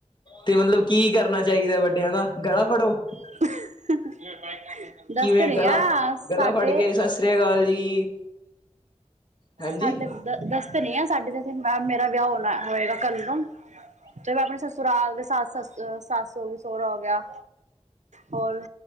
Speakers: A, on the left; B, on the right.
A: ਤੇ ਮਤਲਬ ਕੀ ਕਰਨਾ ਚਾਹੀਦਾ ਵੱਡਿਆਂ ਦਾ ਗਲਾ ਫੜੋ?
B: <unintelligible> ਦੱਸ
A: ਕਿਵੇਂ
B: ਤਾਂ ਰਹੇ
A: ਗਲਾ
B: ਆ ਸਾਡੇ।
A: ਗਲਾ ਫੜ ਕੇ ਸਤਿ ਸ੍ਰੀ ਅਕਾਲ ਜੀ ਹਾਂਜੀ
B: ਸਾਡੇ ਦ ਦਸ ਤਾਂ ਰਹੀ ਆ ਸਾਡੇ ਜੇ ਮੇਰਾ ਵਿਆਹ ਹੋਣਾ ਹੋਏਗਾ ਕੱਲ ਨੂੰ। ਤੇ ਮੈ ਆਪਣੇ ਸਸੁਰਾਲ ਦੇ ਸੱਸ ਸੱਸ ਸੱਸ ਹੋ ਗਈ ਸਹੁਰਾ ਹੋ ਗਿਆ। ਹੋਰ